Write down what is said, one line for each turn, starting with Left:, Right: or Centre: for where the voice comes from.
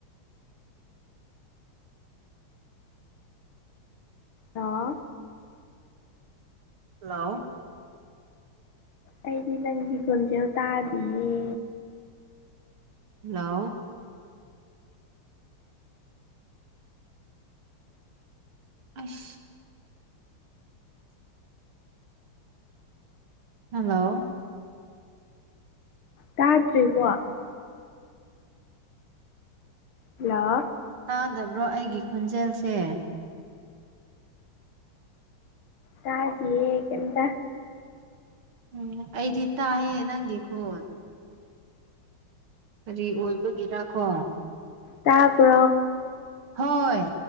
Left: ꯑ
Right: ꯍꯜꯂꯣ
Left: ꯑꯩꯗꯤ ꯅꯪꯗꯤ ꯈꯣꯟꯖꯦꯜ ꯇꯥꯗꯤꯌꯦ
Right: ꯍꯜꯂꯣ ꯑꯁ ꯍꯜꯂꯣ
Left: ꯇꯥꯗ꯭ꯔꯦꯀꯣ ꯍꯜꯂꯣ
Right: ꯇꯥꯗꯕ꯭ꯔꯣ ꯑꯩꯒꯤ ꯈꯣꯟꯖꯦꯜꯁꯦ
Left: ꯇꯥꯗꯤꯌꯦ ꯀꯝꯇ
Right: ꯎꯝ ꯑꯩꯗꯤ ꯇꯥꯏꯌꯦ ꯅꯪꯒꯤ ꯈꯣꯠ ꯀꯔꯤ ꯑꯣꯏꯕꯒꯤꯔ ꯀꯣ
Left: ꯇꯥꯄ
Right: ꯍꯣꯏ